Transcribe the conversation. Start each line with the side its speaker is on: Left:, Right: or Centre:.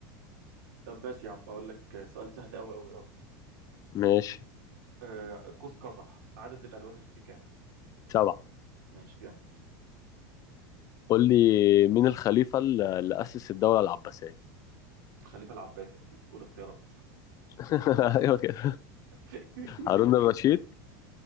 Right: طب ماشي يا عم اقول لك سؤال سهل قوي قوي قوي
Left: ماشي
Right: آه قوس قزح عدد الالوان اللي فيه كام
Left: سبعة
Right: ماشي جامد
Left: قول لي مين الخليفة اللي اللي أسس الدولة العباسية
Right: الخليفه العباسي اكيد والاختيارات
Left: <laughs> ايوه كده
Right: <laughs>
Left: هارون الرشيد